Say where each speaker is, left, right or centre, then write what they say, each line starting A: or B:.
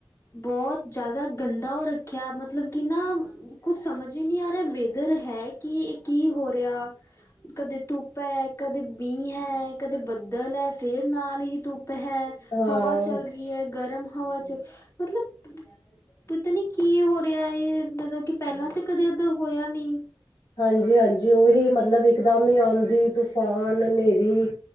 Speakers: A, on the left; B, on the left.
A: ਬਹੁਤ ਜ਼ਿਆਦਾ ਗੰਦਾ ਉਹ ਰੱਖਿਆ ਮਤਲੱਬ ਕਿ ਨਾ ਕੁੱਛ ਸਮਂਝ ਈ ਨਹੀਂ ਆ ਰਿਹਾ ਵੇਦਰ ਹੈ ਕਿ ਇਹ ਕੀ ਹੋ ਰਿਹਾ ਕਦੇ ਧੁੱਪ ਧੁੱਪ ਐ ਕਦੇ ਮੀਂਹ ਹੈ ਕਦੇ ਬੱਦਲ ਹੈ ਫਿਰ ਨਾਲ ਹੀ ਧੁੱਪ ਐ
B: ਹਾਂ
A: ਹਵਾ ਚੱਲ ਰਹੀ ਐ ਗਰਮ ਹਵਾ ਚ ਮਤਲੱਬ ਪਤਾ ਨੀ ਕੀ ਹੋ ਰਿਹਾ ਇਹ ਮਤਲੱਬ ਕਿ ਪਹਿਲਾਂ ਤਾਂ ਕਦੇ ਏਦਾਂ ਹੋਇਆ ਨਹੀਂ
B: ਹਾਂਜੀ ਹਾਂਜੀ ਉਹੀ ਮਤਲੱਬ ਇੱਕਦਮ ਹੀ ਆਂਧੀ ਤੂਫ਼ਾਨ ਹਨੇਰੀ